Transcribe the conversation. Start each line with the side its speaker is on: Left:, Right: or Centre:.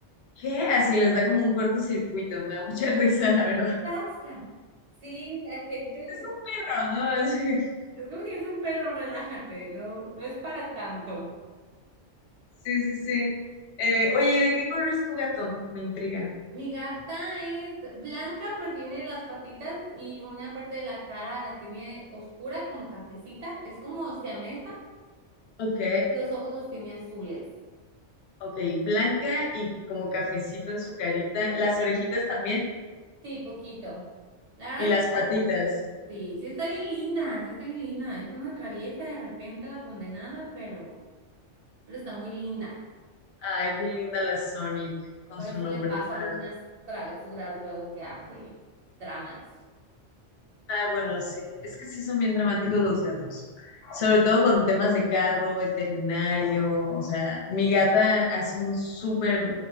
Left: ¿Qué? Así les da como un cortocircuito. Me da mucha <laughs> risa, la verdad.
Right: pasa. Sí, la gente.
Left: Es un perro, ¿no? <laughs>
Right: Es como que es un perro, relájate, no, no es para tanto.
Left: Sí, sí, sí. Eh, oye, ¿y de qué color es tu gato? Me intriga.
Right: Mi gata es blanca, pero tiene las patitas y una parte de la cara la tiene oscura, como cafecita. Es como siamesa.
Left: Ok,
Right: Los ojos los tiene azules.
Left: ok, blanca y como cafecito en su carita, las orejitas también
Right: Sí, poquito. La verdad,
Left: y las patitas.
Right: sí, sí está bien linda, sí está bien linda. Es una traviesa de repente la condenada, pero, pero está muy linda.
Left: Ay, qué linda la Sonic con
Right: Por
Left: su
Right: eso
Left: nombre
Right: le paso
Left: raro.
Right: algunas travesuras luego que hace, tramas.
Left: Ay, bueno, sí, es que sí son bien dramáticos los gatos, sobre todo con temas de carro, veterinario, o sea, mi gata hace un súper